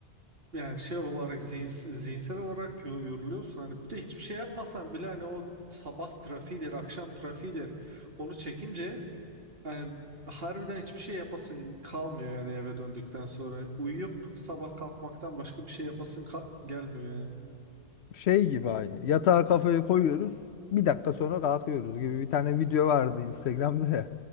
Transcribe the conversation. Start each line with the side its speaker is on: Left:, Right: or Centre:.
Right: yani şey olarak zihins- zihinsel olarak yo- yoruluyorsun hani bir de hiçbir şey yapmasan bile hani o sabah trafiğidir akşam trafiğidir onu çekince hani harbiden hiçbir şey yapasın kalmıyor yani eve döndükten sonra uyuyup sabah kalkmaktan başka bir şey yapasın kal- gelmiyor yani.
Left: Şey gibi aynı. Yatağa kafayı koyuyoruz. Bir dakika sonra kalkıyoruz gibi bir tane video vardı Instagram'da ya.